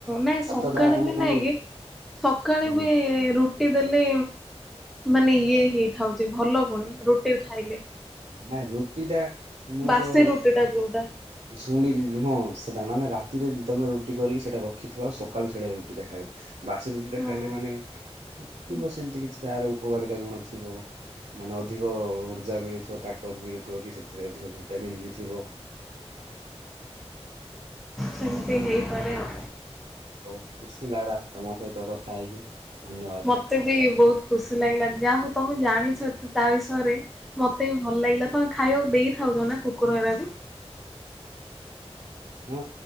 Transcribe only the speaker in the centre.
ନାଇଁ ସକାଳେ
ବି
ନାଇଁ କି ସକାଳେ
ବି ରୁଟି ଦେଲେ ମାନେ ଇଏ ହେଇଥାଉଛି, ଭଲ ପୁଣି ରୁଟିରେ ଖାଇଲେ।
ବାସି
ରୁଟି ଟା ଯୋଉଟା।
ହଁ
ସେମିତି ହେଇପାରେ ଆଉ।
ମତେ ବି ବହୁତ ଖୁସି ଲାଗିଲା। ଯାହା ହଉ ତମେ ଜାଣିଛ ଏତେ ତା ବିଷୟରେ। ମତେ ବି ଭଲ ଲାଗିଲା। ତମେ ଖାଇବାକୁ ଦେଇଥାଉଛ ନା କୁକୁର ଏରାକୁ।